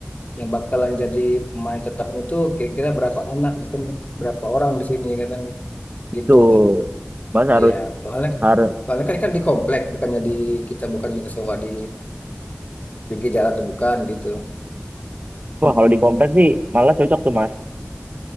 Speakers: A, on the left (about 35°); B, on the right (about 40°).
A: yang bakalan jadi pemain tetapnya itu kira-kira berapa anak itu berapa orang di sini kan gitu
B: Tuh, Mas harus
A: ya soalnya kan,
B: harus.
A: soalnya kan, kan di komplek bukannya di kita bukan kita sewa di pinggir jalan tuh bukan gitu
B: Wah
A: Mm-mm.
B: kalau di kompleks sih malah cocok tuh Mas.